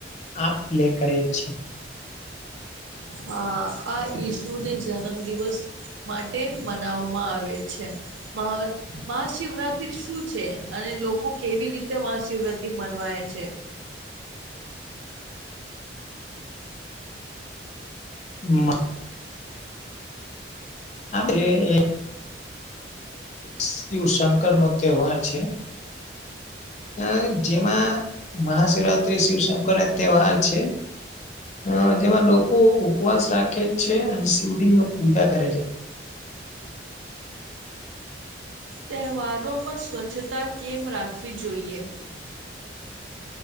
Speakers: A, on the left; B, on the right.
A: આપ પ્લે કરે જ છે.
B: હા આ ઈસુ ને જન્મ દિવસ માટે મનાવવામાં આવે છે મહ મહાશિવરાત્રી શું છે અને લોકો કેવી રીતે મહાશિવરાત્રી મનવાય છે.
A: <unintelligible> <unintelligible> શિવ શંકર નો તહેવાર છે. અ જેમાં મહાશિવરાત્રી શિવશંકર ના તહેવાર છે. હ જેમાં લોકો ઉપવાસ રાખે છે અને શિવજીંગ ન પૂજા કરે છે.
B: તહેવારોમાં સ્વચ્છતા કેમ રાખવી જોઈએ?